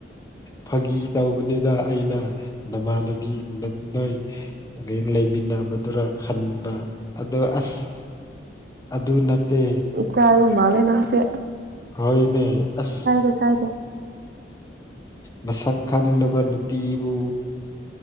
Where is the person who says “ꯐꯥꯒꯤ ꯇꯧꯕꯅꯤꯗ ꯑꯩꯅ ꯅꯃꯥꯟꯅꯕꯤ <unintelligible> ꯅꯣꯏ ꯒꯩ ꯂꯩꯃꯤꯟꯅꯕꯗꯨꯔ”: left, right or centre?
Left